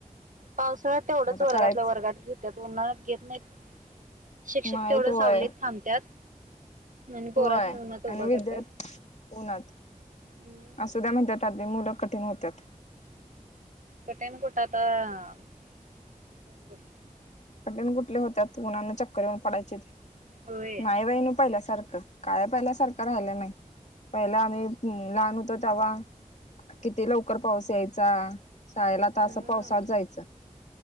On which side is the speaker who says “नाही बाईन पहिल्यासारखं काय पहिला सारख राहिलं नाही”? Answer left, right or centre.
Left